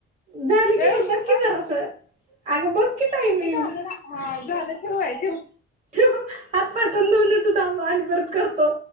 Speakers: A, on the right; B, on the left.
A: झालं
B: वेळ
A: की
B: हूं
A: बघ
B: दे थांब,
A: की जरासं अगं बघ की टायमिंग
B: कुठे जायलं. हा झालं, ठीव व्हय? ठेऊ
A: ठीव हात, पाय, तोंड धुन येतो, थांब आणि परत करतो.